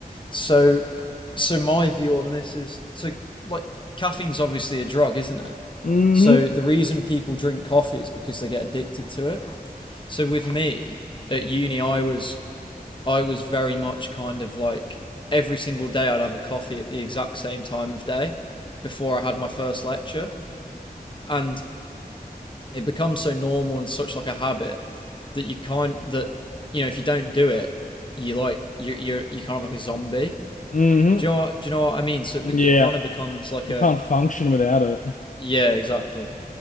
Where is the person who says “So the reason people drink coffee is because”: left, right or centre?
Left